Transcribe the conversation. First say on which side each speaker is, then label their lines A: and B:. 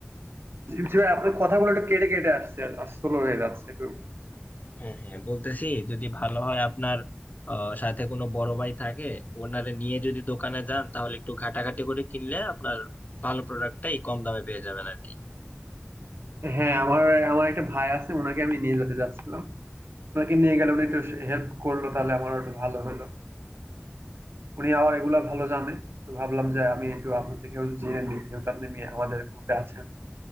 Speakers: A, on the left; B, on the right.
A: পারবে।
B: জি জি ভাই
A: না।
B: আপনার কথাগুলো একটু কেটে কেটে আসছে আর স্লো হয়ে যাচ্ছে একটু
A: হ্যাঁ হ্যাঁ বলতেছি যদি ভালো হয় আপনার আহ, সাথে কোনো বড় ভাই থাকে ওনারে নিয়ে যদি দোকানে যান তাহলে একটু ঘাটাঘাটি করে কিনলে আপনার ভালো প্রোডাক্টটাই কম দামে পেয়ে যাবেন আর কি
B: হ্যাঁ আমার আমার একটা ভাই আছে ওনাকে আমি নিয়ে যেতে যাচ্ছিলাম ওনাকে নিয়ে গেলে উনি একটু হেল্প করলো তাহলে আমার একটু ভালো হলো উনি আবার এগুলা ভালো জানে তো ভাবলাম যে আমি একটু আপনার থেকেও জেনে নিই যেহেতু আপনি মেয়ে- আমাদের গ্রুপে আছেন